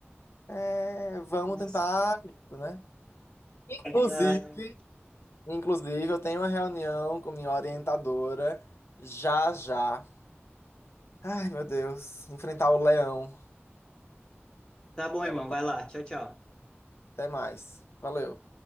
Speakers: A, on the left (about 70°); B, on the left (about 15°).
A: é, vamos
B: Mas,
A: tentar, isso, né? Inclusive,
B: ah,
A: inclusive, eu tenho uma reunião com minha orientadora já já. Ai, meu Deus, enfrentar o leão.
B: tá bom,
A: Ela
B: irmão.
A: tá
B: Vai lá. Tchau, tchau.
A: Até mais. Valeu.